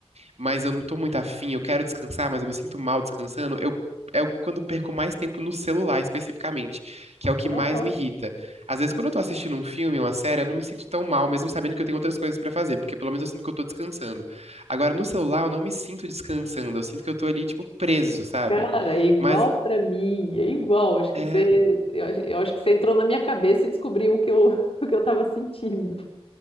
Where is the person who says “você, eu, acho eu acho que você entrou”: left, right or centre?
Left